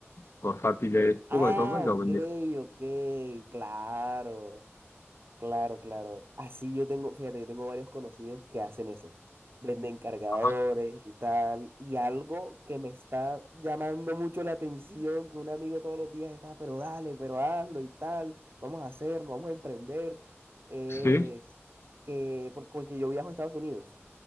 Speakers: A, on the left; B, on the right.
A: portátiles, poco
B: Ah,
A: de todo y lo
B: ok,
A: vendía.
B: ok, claro. Claro, claro. Así yo tengo, fíjate, yo tengo varios conocidos que hacen eso. Venden cargadores
A: Ajá.
B: y tal. Y algo que me está llamando mucho la atención, que un amigo todos los días está, pero dale, pero hazlo y tal. Vamos a hacerlo, vamos a emprender. Es
A: Sí.
B: que, por- porque yo viajo a Estados Unidos.